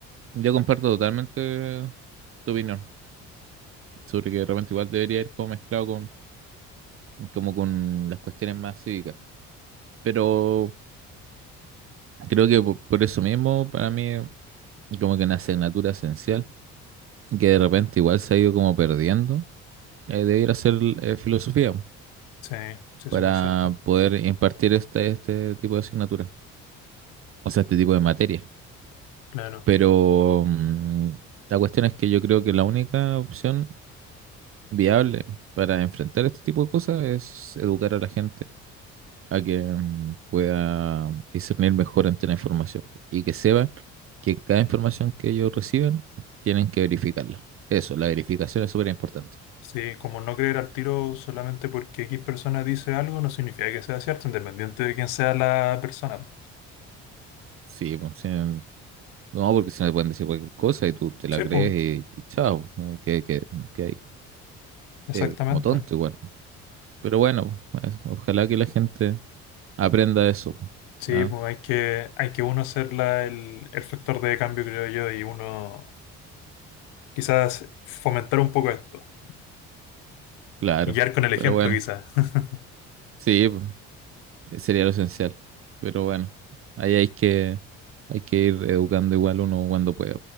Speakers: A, on the right (about 40°); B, on the left (about 80°).
A: yo comparto totalmente tu opinión sobre que de repente igual debería ir como mezclado con, como con las cuestiones más cívicas. Pero creo que po- por, eso mismo, para mí, como que una asignatura esencial, que de repente igual se ha ido como perdiendo, eh, debiera ser eh, filosofía
B: Sí, sí, eso
A: para
B: es muy cierto.
A: poder impartir este, este tipo de asignatura, o sea, este tipo de materia.
B: Claro.
A: Pero mm, la cuestión es que yo creo que la única opción viable para enfrentar este tipo de cosas es educar a la gente a que mm, pueda discernir mejor ante la información y que sepan que cada información que ellos reciben tienen que verificarla. Eso, la verificación es súper importante.
B: Sí, como no creer al tiro solamente porque X persona dice algo no significa que sea cierto, independiente de quién sea la persona.
A: Sí, pues, sí, no, porque se le pueden decir cualquier cosa y tú te la
B: Sí,
A: crees
B: pues,
A: y, y chao, eh, que, que, que hay,
B: exactamente.
A: eh, como tonto igual. Pero bueno, pues, ojalá que la gente aprenda eso. pues,
B: Sí,
A: ¿ah?
B: pues hay que, hay que uno ser la- el, el factor de cambio, creo yo, y uno quizás fomentar un poco esto.
A: Claro,
B: Y guiar con el
A: pero
B: ejemplo,
A: bueno,
B: quizás. <laughs>
A: sí. pues. eh, Sería lo esencial. Pero bueno, ahí hay que, hay que ir educando igual uno cuando pueda.